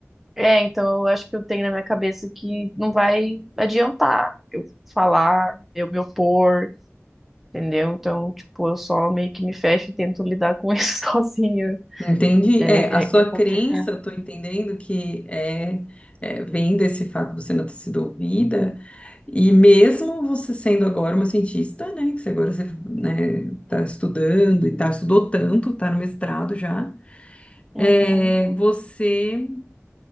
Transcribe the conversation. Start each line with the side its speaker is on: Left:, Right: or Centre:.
Centre: é, então eu acho que eu tenho na minha cabeça que não vai adiantar eu falar, eu me opor, entendeu? Então, tipo, eu só meio que me fecho e tento lidar com isso <laughs> sozinha.
Left: Entendi.
Centre: É,
Left: É, a sua
Centre: é, é complicado.
Left: crença, eu tô entendendo que é, é, vem desse fato de você não ter sido ouvida, e mesmo você sendo agora uma cientista, né, que você agora você, né, tá estudando e tá, estudou tanto, tá no mestrado já,
Centre: Uhum,
Left: é, você,